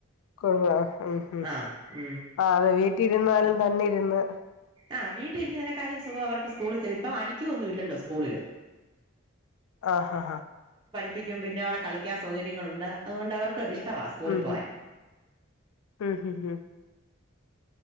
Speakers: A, on the left; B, on the right.
A: കൊടു ഉ
B: ആ ഉം
A: ആ അതെ വീട്ടിൽിരുന്നാലും തന്നെ ഇരുന്ന്
B: ആഹ് വീട്ടിലിരിക്കുന്ന കാര്യം സുഖം അവർക്ക് സ്കൂളിൽ ചെില ഇപ്പം അടിക്കൊന്നും ഇല്ലല്ലോ സ്കൂളില്
A: ആഹ് ആഹഹ
B: പിക്കും പിന്നെ അവിടെ കളിക്കാൻ സൗകര്യങ്ങളുണ്ട് അുകൊണ്ട് അവർക്ക് ഇഷ്ടവാ സ്കൂളിൽ
A: ഉം
B: പോവാൻ
A: ഹും ഉം ഹും ഹും